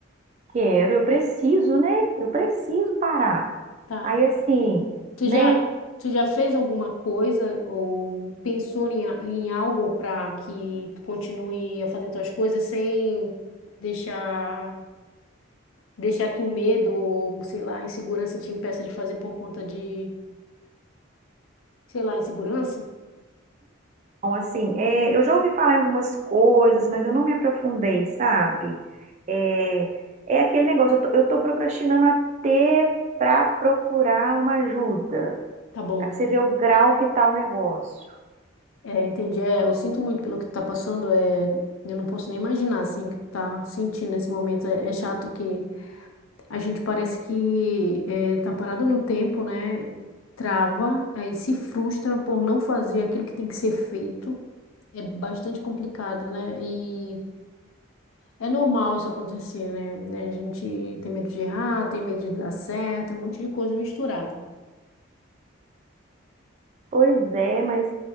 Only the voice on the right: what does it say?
Quero, eu preciso, né? Eu preciso parar.
Aí assim,
né?
Então, assim, é, eu já ouvi falar em algumas coisas, mas eu não me aprofundei, sabe? É, é aquele negócio, eu tô, eu tô procrastinando até pra procurar uma ajuda.
Aí pra você ver o grau que tá o negócio.
Pois é, mas